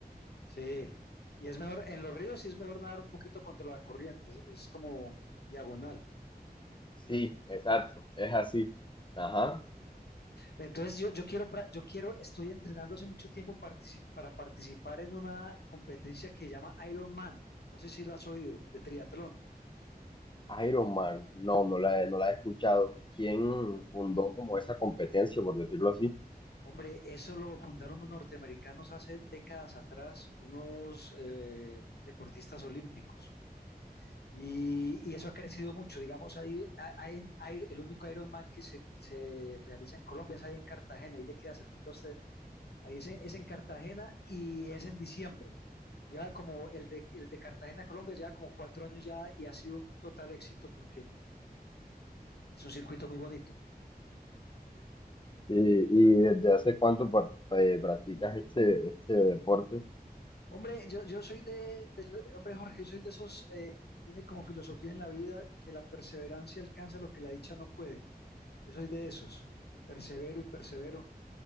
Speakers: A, on the left; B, on the left.
A: sí. Y es mejor, en los ríos sí es mejor nadar un poquito contra la corriente, es, es como diagonal.
B: Sí, exacto, es así. Ajá.
A: Entonces yo, yo quiero, pra- yo quiero, estoy entrenando hace mucho tiempo partici- para participar en una competencia que se llama Ironman. No sé si la has oído, de triatlón.
B: Iron Man, no, no la, he- no la he escuchado. ¿Quién fundó como esa competencia, por decirlo así?
A: Hombre, eso lo fundaron los norteamericanos hace décadas atrás, unos eh, deportistas olímpicos. Y, y eso ha crecido mucho. Digamos, ahí a- hay, en- hay- el único Ironman que se, se realiza en Colombia es ahí en Cartagena, ahí le queda cerquita a usted. Ahí es, en- es en Cartagena y es en diciembre. Ya como el de, el de Cartagena, Colombia, ya como cuatro años ya y ha sido un total éxito porque es un circuito muy bonito.
B: ¿Y, y desde hace cuánto par- eh, practicas este, este deporte?
A: Hombre, yo, yo soy de, del- hombre Jorge, yo soy de esos eh, que tiene como filosofía en la vida que la perseverancia alcanza lo que la dicha no puede. Yo soy de esos, que persevero y persevero